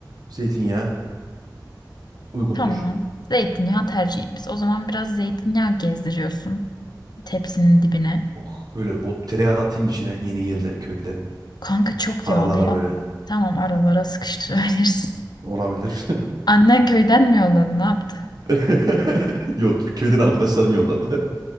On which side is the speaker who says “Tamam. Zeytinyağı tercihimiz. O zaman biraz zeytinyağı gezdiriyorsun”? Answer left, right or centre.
Left